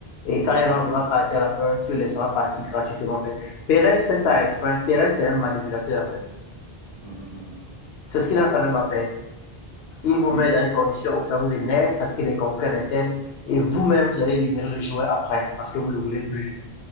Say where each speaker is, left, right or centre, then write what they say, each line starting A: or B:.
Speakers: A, on the left (about 80°); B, on the right (about 25°).
A: Et
B: Mm,
A: quand il va
B: mm,
A: vouloir
B: mm,
A: partir à la fin, tu le laisseras partir gratuitement, en fait. Pérez fait ça exprès. Pérez, c'est un manipulateur, en fait.
B: mm, mm, mm,
A: C'est ce qu'il a fait avec Mbappé. Il vous
B: mm,
A: met dans une condition où ça vous énerve, ça crée des conflits à l'interne et vous-même, vous allez libérer le joueur après parce que vous ne le voulez plus.